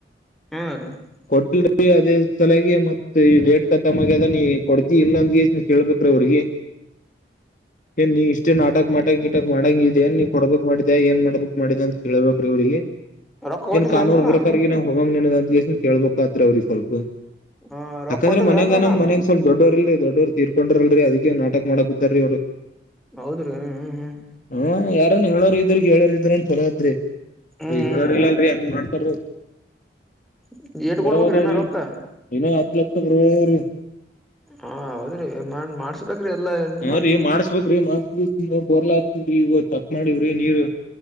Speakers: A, in the centre; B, on the left.
A: ಹ ರ <inaudible>
B: ಕೊಟ್ಟಿಲ್ರಿ ಅದೇ ಸಲಯಾಗಿ ಮತ್ತ ಈ ಡೇಟ್ ಕಖತ್ತಮ ಆಗೇದ ನೀ ಕೊಡ್ತಿಇಲ್ಲಂದ ಕೇಳ್ಬೇಕು. ಅವರಿಗೆ ಏನ್ ನೀ ಇಷ್ಟೇ ನಾಟಕ ಗಿಟಕ ಮಾಡಂಗ ಇದೇನ್ ನೀ ಕೋಡ್ಬೇಕ್ ಮಾಡಿದೆ ಅಂತ ಕೇಳ್ಬೇಕ್ರೀ ಇವ್ರಿಗೆ.
A: ರೊಕ್ಕ ಕೊಟ್ಟಿಲ್ಲೇನ್ರಿನಾ
B: ಏನ್ ಕಾನೂನು ಪ್ರಕಾರ ಹೋಗಮ್ ಎನ್ ನಿನಗ ಅಂತಕೇಳ್ಬೇಕಾತ್ದ್ರಿ ಅವ್ರಿಗೆ ಸ್ವಲ್ಪ
A: ಹ ರೊಕ್ಕ
B: ಯಾಕಂದ್ರೆ
A: ಕೊಟ್ಟಿಲ್ಲೇನ್ರಿನಾ
B: ಮನ್ಯಾಗ ನಮ್ಮ ಮನ್ಗ್ ಸ್ವಲ್ಪ ದೊಡ್ಡವರ್ ಇಲ್ರಿ ದೊಡ್ಡವರು ತೀರ್ಕೊಂಡ್ರರ್ಲ್ರಿ ಅದಿ ನಾಟಕ ಮಾಡಕ್....... ಕೂತಾರೀ
A: ಹೌದ್ರ ಹ್ಮ್ ಹ್ಮ್......
B: ಹ್ಮ ಯಾರನ್ ಹೇಳೋರು ಇದ್ರ ಕೇಳ್ರ ಹೇಳೋರ್ ಇದ್ರನ್ ಚಲೋ ಆದ್ರಿ
A: ಹ್ಮ್
B: ಹೇಳ್ರ ಇಲ್ಲ ಅಂದ್ರಹಂಗ ಮಾಡ್ತಾರ ರಿ ಅವ್ರ
A: ಹ್ಮ್ ಏಟ್
B: ಬರ
A: ಕೊಡ್ಬೇಕ್ರಿ
B: ಹದವ್ರೀ
A: ಇನ್ನ ರೊಕ್ಕ
B: ಇನ ಹತ್ತು ಲಕ್ಷ ಬರೋಬ್ಬರಿ
A: ಹಾ ಹೌದ್ರಿ ಮನ್ ಮಾಡ್ಸ್ಬೇಕ್ರಿ ಎಲ್ಲಾ......
B: ಹ
A: ಮಾಡಿ
B: ರೀ ಮಾಡಸ...... ಕ್ರೀ ಮಾಡಸ ಬೋರ್ಲಾಸ್ರಿ ಇ ಚಕ್ ಮಾಡಿವ್ರಿ ನೀರ್